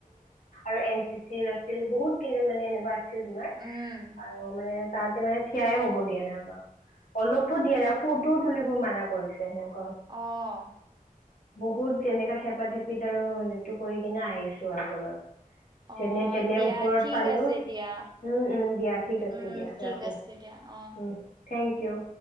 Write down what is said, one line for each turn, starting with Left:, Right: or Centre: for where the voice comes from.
Left: আৰু এন চি চি আছিল বহুত কেইজন মানে তোমাৰ আৰু
Right: উম
Left: মানে। তাতে মানে থিয়াই হ'ব দিয়া নাই আমাক অলপো দিয়া নাই ফটোও তুলিব মানা কৰিছে সেনেক
Right: অহ
Left: বহুত যেনেকা থেপা থেপিত আৰু সেইটো কৰি কিনে আহিছো আৰু তলত
Right: অ
Left: যেনে তেনে
Right: দিয়া
Left: ওপৰত
Right: ঠিক
Left: পালো।
Right: আছে
Left: উম
Right: দিয়া
Left: উম দিয়া ঠিক আছে
Right: উম
Left: দিয়া ৰাখো
Right: ঠিক আছে দিয়া অ
Left: উম থেংক ইউ।